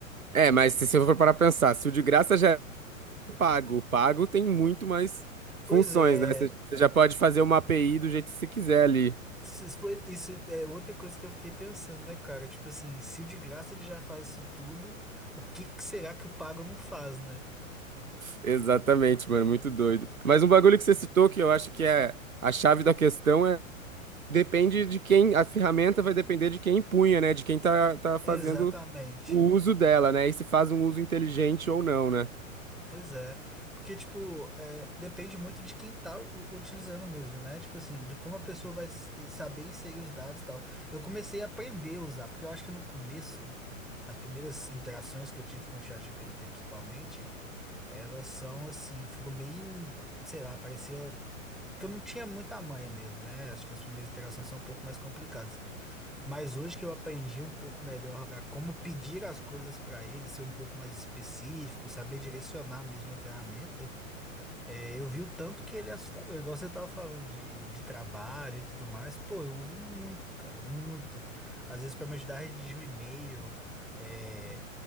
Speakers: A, on the right (about 80°); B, in the centre.
A: É, mas se você for parar pra pensar, se o de graça já pago. O pago tem muito mais funções,
B: Pois é,
A: né? Você você já pode fazer uma API do jeito que você quiser ali.
B: Vocês- pois- Isso é outra coisa que eu fiquei pensando, né, cara? Tipo assim, se o de graça ele já faz isso tudo, o que que será que o pago não faz, né?
A: Exatamente, mano, muito doido. Mas um bagulho que você citou que eu acho que é a chave da questão é depende de quem, a ferramenta vai depender de quem empunha, né? De quem tá, tá fazendo
B: Exatamente.
A: o uso dela, né? E se faz um uso inteligente ou não, né?
B: Pois é. Porque, tipo, é, depende muito de quem tá u- utilizando mesmo, né? Tipo assim, de como a pessoa vai s- saber inserir os dados e tal. Eu comecei a aprender a usar, porque eu acho que no começo, as primeiras interações que eu tive com o ChatGPT, principalmente, elas são assim, foram bem, sei lá, parecia. que eu não tinha muita manha mesmo, né? Acho que as primeiras interações são um pouco mais complicadas. Mas hoje que eu aprendi um pouco melhor a como pedir as coisas para ele, ser um pouco mais específico, saber direcionar mesmo a ferramenta, é, eu vi o tanto que ele é assustador. Igual você tava falando de, de trabalho e tudo mais, pô, eu uso muito, cara, muito. Às vezes para me ajudar a redigir um e-mail, é,